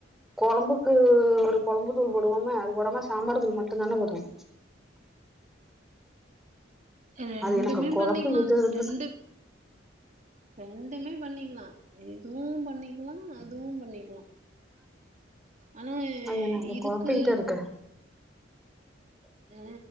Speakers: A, in the centre; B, on the right.
A: கொழம்புக்கு ஒரு கொழம்பு தூள் போடுவோமே அது போடாம சாம்பார் தூள் மட்டு தான போட்ற
B: ரெண்டுமே
A: அது எனக்கு கொழப்பிக்கிட்டு
B: பண்ணிக்லான்
A: இருக்கு
B: ரெண்டு ரெண்டுமே பண்ணிக்கிலா எதுவு பண் பண்ணிக்லா அதுவு பண்ணிக்கலா ஆனா எ
A: அது எனக்கு
B: இதுக்கு
A: கொழப்பிக்கிட்டு இருக்கு
B: அ